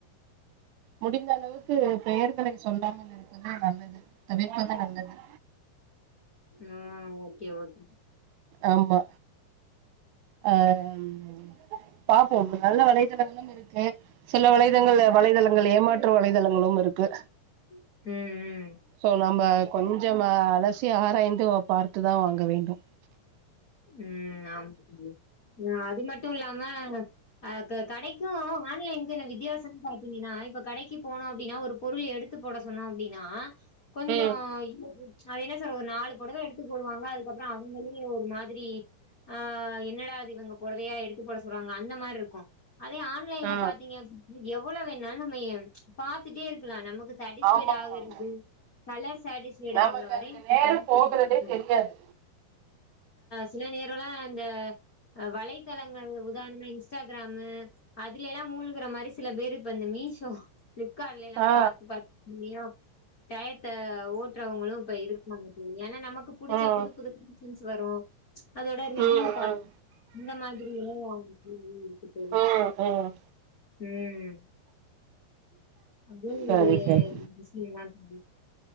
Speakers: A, on the right; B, on the left.
A: முடிந்த அளவுக்கு பெயர்களை சொல்லாமல் இருப்பது நல்லது தவிர்ப்பது நல்லது
B: ம்ஹ் ஓகே ஓகே
A: ஆமா அஹ் பாப்போம் நல்ல வலைதளங்களும் இருக்கு சில வலைதங்கள வலைதளங்கள் ஏமாத் த்துற வலைதளங்களும் இருக்கு
B: ம் ம்
A: சோ நம்ம கொஞ்சமா அலஸ் சி ஆராய்ந்து அத பார்த்துதா வாங்க வேண்டு
B: உம் ஆமா குட்டி புள்ள ம் அது மட் ட்டு இல்லாம அஹ் க கடைக்கு ஆன்லைனுக்கு உள்ள வித்தியாசம்னு பாத்தீங்கனா இப்ப கடைக்கு போனோ அப்டினா ஒரு பொருள எடுத்து போட சொன்னோ அப்டினா கொஞ்சோ
A: ம்
B: <inaudible> அது என்ன சொல்றது ஒரு நாலு பொடவ எடுத்து போடுவாங்க அதுக்கப்ற அவ்ங்களே ஒரு மாதி மாதிரி ஆ என்னடா இது இவங்க பொடவையா எடுத்துபோட சொல்றாங்க அந்த மாதிரி இருக்கு அதே ஆன்லைன்ல
A: ஆ
B: பாத்திங்க எவ வேணாலும் நம்ம பாத்துட்டே இருக்கலாம் நமக்கு சட்டிஸ்பைய்டு
A: ஆமா
B: ஆகிறது
A: ஆமா ஆமா
B: கலர் சட்டிஸ்பைய்டு
A: நமக்கு
B: ஆகற வரை
A: அதுக்கு நேரம்
B: பாத்துக்கிட்டே
A: போகிறதே
B: இரு
A: தெரியாது
B: சில நேரலா இந்த வலைத்தளங்கள் உதாரண ன்ஸ் இன்ஸ்டாகிராமு அதுல எல்லாம் மூழு்கிற மாதிரி சில பேரு இப்ப அந்து மீஷோ பிப் கார்ட்லளா
A: ஆ
B: பாத்து பாத்து மியா டயத்த ஓட்டுறவங்களும் இப்ப இருக்காங்க தோழி ஏன்னா நமக்கு பிடிச்ச
A: ம்
B: புது புது திங்ச் வரும் அதோட ரிவ்யு
A: ம்
B: பாக் <inaudible> இந்த மாதிரி இன்னு <unintelligible> இருக்கு தோழி
A: ம் ம் ம்
B: ம் அதுவு
A: சரி
B: ஒரு
A: சரி
B: விசியந்தா தோழி